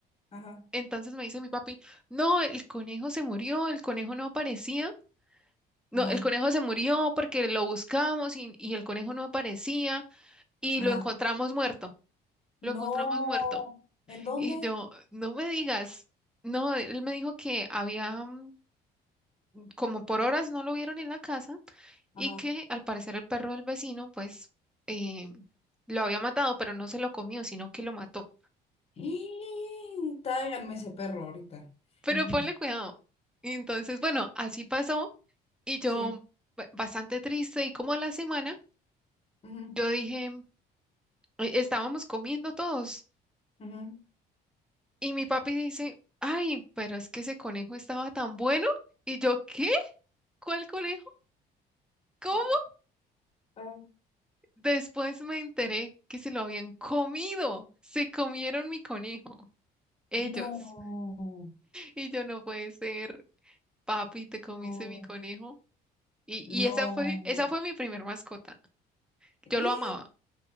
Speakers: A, on the left (about 35°); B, in the centre.
A: Ajá. Ajá.
B: Entonces me dice mi papi, no, el conejo se murió, el conejo no aparecía. No,
A: Ajá.
B: el conejo se murió porque lo buscamos y, y el conejo no aparecía y
A: Ajá.
B: lo encontramos muerto. lo
A: No.
B: encontramos muerto.
A: ¿En dónde?
B: Y yo, no me digas, no, él me dijo que había, mm, como por horas no lo vieron en la casa
A: Ajá.
B: y que al parecer el perro del vecino, pues, eh, lo había matado, pero no se lo comió, sino que lo mató.
A: Y tráiganme ese perro ahorita.
B: Pero
A: <laughs>
B: ponle cuidado. Y entonces, bueno, así pasó y yo,
A: Sí.
B: ba- bastante triste y como a la semana,
A: Ujú,
B: yo dije, eh, estábamos comiendo todos
A: ujú.
B: y mi papi dice, ay, pero es que ese conejo estaba tan bueno. Y yo, ¿qué? ¿Cuál conejo? cómo
A: Ah, ah,
B: Después me enteré que se lo habían comido. Se comieron mi conejo, ellos.
A: no.
B: Y yo no puede ser, papi, te comiste
A: Oh,
B: mi conejo. Y,
A: no.
B: y esa fue, esa fue mi primer mascota.
A: ¿Eh?
B: Yo lo amaba